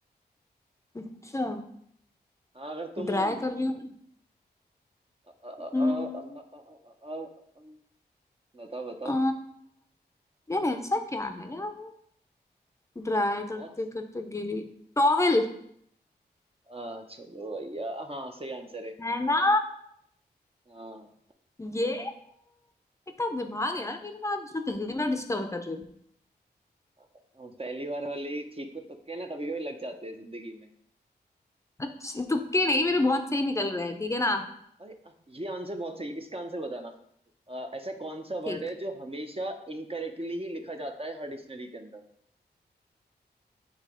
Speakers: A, on the left (about 15°); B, on the right (about 35°).
A: अच्छा
B: हाँ अगर तुम
A: ड्राई कर रही हूँ
B: अ, अ, अ,
A: हम्म
B: अ, अ, अ, अ, अ, अ, बताओ बताओ
A: आ, यार ऐसा क्या है यार ड्राई करते
B: बहुत आसान।
A: करते गीली टॉवेल
B: आ, चलो भैया हाँ सही आंसर है
A: है ना
B: हाँ
A: ये कितना दिमाग है यार मेरे में आज जो पहली बार डिस्कवर कर रही हूँ
B: हाँ, पहली बार वाले ही ठीक को तुक्के ना कभी कभी लग जाते हैं जिंदगी में
A: अच्छे- तुक्के नहीं मेरे बहुत सही निकल रहे हैं ठीक है ना
B: अरे अ, ये आंसर बहुत सही है, इसका आंसर बताना अ, ऐसा कौन सा
A: ठीक
B: वर्ड है जो हमेशा इनकरेक्टली ही लिखा जाता है हर डिक्शनरी के अंदर